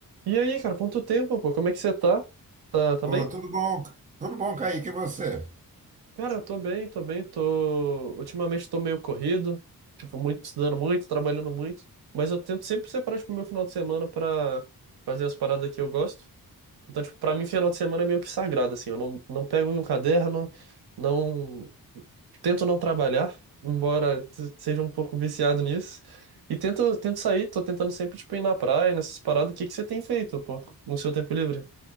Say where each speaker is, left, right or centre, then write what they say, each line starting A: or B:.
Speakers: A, on the right (about 80°); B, on the right (about 20°).
A: E aí, cara, quanto tempo, pô? Como é que você tá? Tá, tá
B: Ô,
A: bem?
B: tudo bom? Tudo bom, Kaique, e você?
A: Cara, eu tô bem, tô bem, tô... Ultimamente tô meio corrido, tipo, muito, estudando muito, trabalhando muito, mas eu tento sempre separar, tipo, meu final de semana pra fazer as paradas que eu gosto. Então, tipo, pra mim, final de semana é meio que sagrado, assim, eu não, não pego um caderno, não... Tento não trabalhar, embora t- seja um pouco viciado nisso, e tento, tento sair, tô tentando sempre, tipo, ir na praia, nessas paradas. O que que você tem feito, pô, no seu tempo livre?